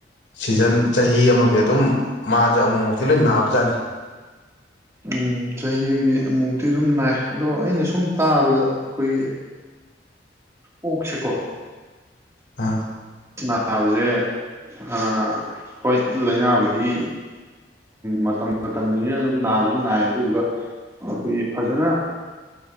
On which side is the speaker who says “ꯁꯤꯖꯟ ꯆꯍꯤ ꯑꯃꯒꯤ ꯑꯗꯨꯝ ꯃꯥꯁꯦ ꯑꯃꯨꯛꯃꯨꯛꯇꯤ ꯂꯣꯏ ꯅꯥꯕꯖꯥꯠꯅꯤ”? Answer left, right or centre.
Left